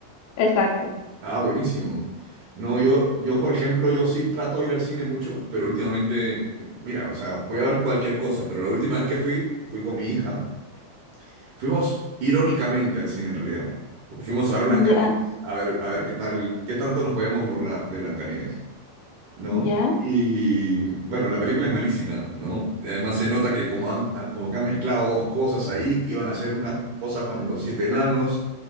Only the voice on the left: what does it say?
Exacto.
Ya,
ya.